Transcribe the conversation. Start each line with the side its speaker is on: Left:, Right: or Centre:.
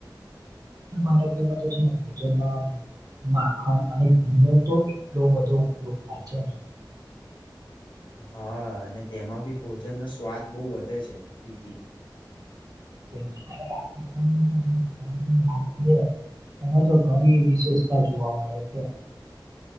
Right: પણ ભારતીયો માં તો છે ને ભોજનમાં માખણ અને ઘીનો તો એટલો બધો ઉપયોગ થાય છે ને
Left: હા અને તેમાં ભી ભોજન નો સ્વાદ બહુ વધે છે ઘીથી
Right: છે ને રાજસ્થાનમાં આપણે ખોરાકની લાભ <unintelligible> એમાં તો ઘણી વિશેષતા જોવા મળે છે.